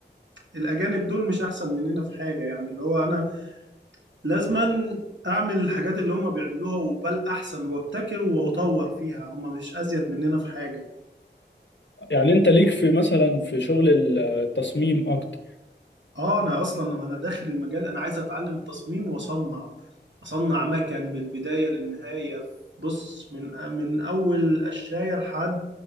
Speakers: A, on the right; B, on the left.
A: الاجانب دول مش احسن مننا في حاجة يعني اللي هو انا لازما اعمل الحاجات اللي هم بيعملوها وبل احسن وابتكر واطور فيها هم مش ازيد مننا في حاجة
B: يعني انت ليك في مثلا في شغل ال- التصميم اكتر
A: اه انا اصلا ما انا داخل المجال انا عايز اتعلم التصميم واصنع اصنع مكن من البدايه للنهايه بص من من اول قشايه لحد